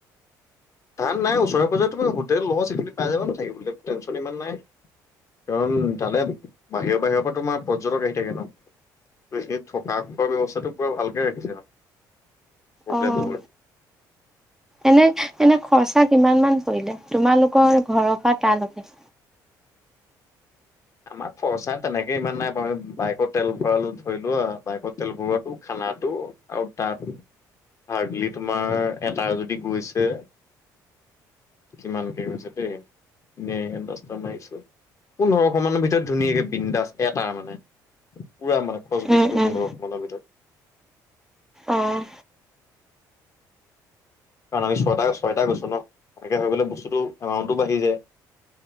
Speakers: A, on the left; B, in the centre.
A: ধান নাই ওচৰে পাজৰে তোমাৰ হোটেল লগ আছিল পাই যাবা ছাগে থাকিবলৈ টেনছন ইমান নাই কাৰণ তালৈ বাহিৰৰ বাহিৰৰ পৰা তোমাৰ পৰ্যটক আহি থাকে ন! এইখিনি থকা খোৱাৰ ব্যৱস্থাটো পুৰা ভালকে ৰাখিছে প্ৰব্লেম
B: অ',
A: নহয়।
B: এনে এনে খৰচা কিমান মান পৰিলে? তোমালোকৰ ঘৰৰ পৰা তালৈকে?
A: আমাৰ খৰচা তেনেকে ইমান নাই বাৰু, বাইকৰ তেল ভৰালো ধৰিলো বাইকৰ তেল ভৰোৱালো খানাটো আৰু তাত হাৰ্ডলি তোমাৰ এটা যদি গৈছে কিমানকে গৈছে দেই, এনেই দছটা মাৰিছোঁ পোন্ধৰ ভিতৰত ধুনীয়াকে বিন্দাস এটা মানে, পুৰা মানে খচবোজ
B: উম,
A: কৰি
B: উম,
A: পোন্ধৰশ তা ভিতৰত
B: অঁ
A: কাৰণ আমি ছয়টা ছয়টা গৈছোঁ ন, এনেকৈ হৈ গ'লে বস্তুটো এমাউণ্টো বাঢ়ি যায়।